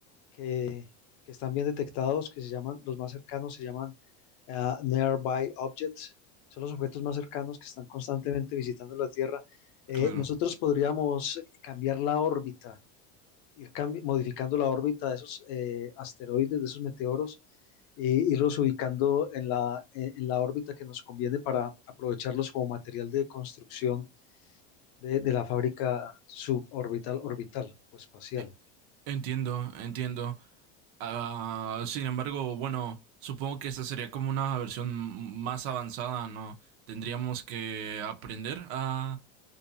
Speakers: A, on the left; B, on the right.
A: que, que están bien detectados, que se llaman, los más cercanos se llaman ah, Nearby Objects, son los objetos más cercanos que están constantemente visitando la Tierra. Eh,
B: Claro.
A: nosotros podríamos cambiar la órbita, ir cambi- modificando la órbita de esos eh, asteroides, de esos meteoros, e irlos ubicando en la, en en la órbita que nos conviene para aprovecharlos como material de construcción de, de la fábrica suborbital, orbital o espacial.
B: E- Entiendo, entiendo. Ah, sin embargo, bueno, supongo que esta sería como una versión más avanzada, ¿no? Tendríamos que aprender a,